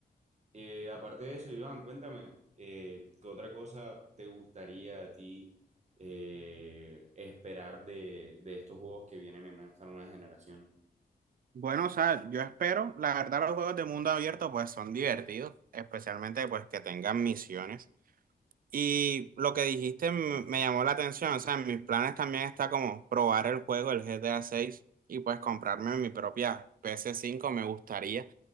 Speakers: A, on the right (about 45°); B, on the right (about 60°).
A: Eh, aparte de eso, Iván, cuéntame, eh, ¿qué otra cosa te gustaría a ti eh, esperar de, de estos juegos que vienen en esta nueva generación?
B: Bueno, o sea, yo espero, la verdad los juegos de mundo abierto pues son divertidos, especialmente pues que tengan misiones. Y lo que dijiste m- me llamó la atención, o sea, en mis planes también está como probar el juego, el GTA seis y pues comprarme mi propia ps cinco me gustaría